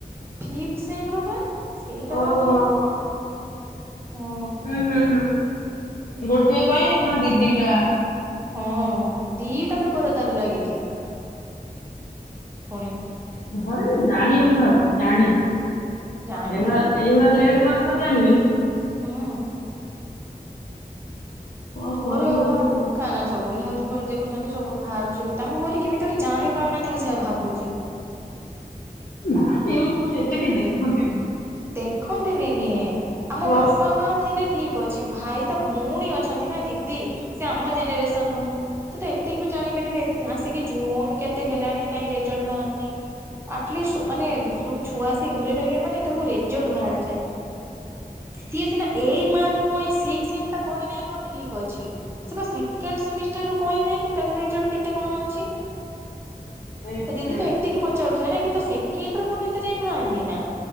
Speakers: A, on the right (about 15°); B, on the left (about 60°).
A: ଫିପ ସେମ ରୁ ପା? ସେଇଟା
B: ଓହୋ
A: ବା ମେନ୍।
B: ହୋ
A: ହଁ।
B: ହୁଁ ହୁଁ ହୁଁ। ଗୋଟିଏ ପାଇଁ କଣ ଦିଦିଟା
A: ହଁ ଦିଟା ପେପର ତାର ଲାଗିଛି ପୁଣି।
B: ଘରେ ଜାଣିବେନି ଭାବୁଚୁ ଜାଣିବେ।
A: ଜାଣେ
B: ଏଇଭଳିଆ
A: ଜାଣେ
B: ଏଇଭଳିଆ ଲେଟ୍ ମନେକର ଘରେ ଜାଣିବେନି।
A: ହୁଁ।
B: କଣ
A: ଘରେ
B: କରିବ
A: ଆଉ କଣ
B: ସେତେବେଳେ
A: ବୁକା ନା ସବୁ ନ୍ୟୁଜ୍ ଦେଖୁଛନ୍ତି ସବୁ ବାହାରୁଛି ତାଙ୍କୁ ଘରେ କେମିତି ଜାଣି ପାରୁନାହାନ୍ତି ମୁଁ ସେୟା ଭାବୁଛି।
B: ନା ନ୍ୟୁଜ ଫ୍ୟୁଜ୍ ଏତେ କିଏ ଦେଖନ୍ତି?
A: ଦେଖନ୍ତିନି ନିଏ ଆମ
B: ପ୍ଲସ୍
A: ବାପା ମାଆ ଥିଲେ ଠିକ ଅଛି ଭାଇ ତା ଭଉଣୀ ଅଛନ୍ତି ନା ଦିଦି ସେ ଆମ ଜେନେରେସନ ରୁ ହିଁ ସେ ତ ଏତିକି ବି ଜାଣିପାରିବେେ ଆସିକି ଜୁନ କେତେ ହେଲାଣି କାହିଁ ରେଜଲ୍ଟ ବାହାରିନି ଆଟଲିଷ୍ଟ ମାନେ ସବୁ ଛୁଆ ଆସିକ ଘରେ ରହିଲେଣି ମାନେ ଏତଳୁକୁ ରେଜଲ୍ଟ ବାହାରି ଯାଏ ସିଏ ସିନା ଏ ମାର୍କ କହି ସିକ୍ସ ସେମ୍ ଟା କହି ନାହିଁ ହଁ ଠିକ ଅଛି ସେ ବା ସେକେଣ୍ଡ ସେମିଷ୍ଟାରରୁ କହିନାହିଁ ତାର ରେଜଲ୍ଟ କେତେ କଣ ଅଛି।
B: ଏ
A: ତା ଦିଦି
B: ହେ
A: ତ ଏତିକି ପଚାରୁଥିବେ ନା କିନ୍ତୁ ସେକେଣ୍ଡ ରୁ କଣ ଏତେ ଯାଇ ବାହାରନି ନା?